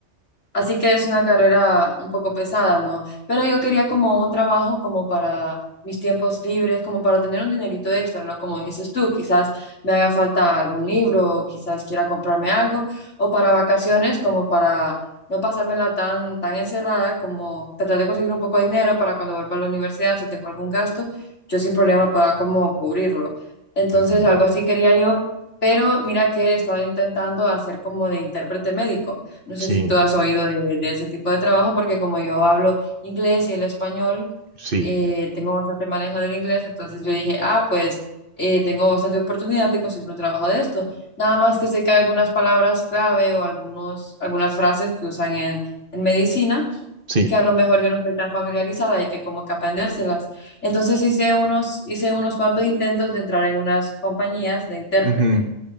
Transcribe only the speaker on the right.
Ujú.
Sí,
sí,
sí.
ujú,